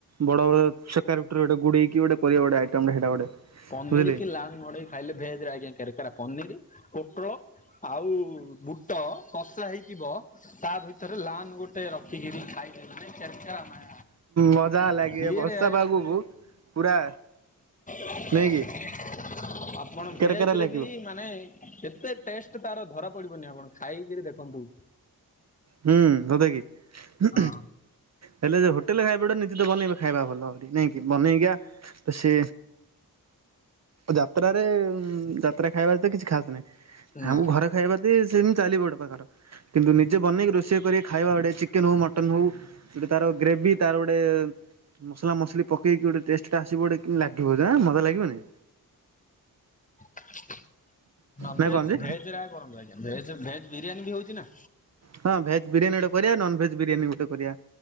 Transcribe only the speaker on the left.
ପନିରି
କି ଲାଲ୍ ମଡେଇ ଖାଇଲେ ଭେଜ୍ ରେ ଆଜ୍ଞା କେର୍ କେରା ପନିରି ପୋଟଳ ଆଉ ବୁଟ କଷା ହେଇଥିବ ତା ଭି ଭିତରେ ଲାନ୍ ଗୋଟେ ରଖିକିରି ଖାଇଦେଲି ନାଇଁ କେର୍ କେରା ମାୟା।
<unintelligible> କିଏ
ରେ?
<unintelligible>
ଆପଣ
ଭେଜ୍ ରେ
ବି ମାନେ ଏତେ ଟେଷ୍ଟ୍ ତାର ଧରା ପଡିବନି ଆପଣ, ଖାଇକିରି ଦେଖନ୍ତୁ।
ହଁ
ନା
ହଁ,
ଭେଜ୍,
ଭେଜ୍ ରେ ଆଉ କଣ କରିବା? ଭେଜ୍ ରେ ଭେଜ ବିରିୟାନୀ ବି ହଉଚି ନା।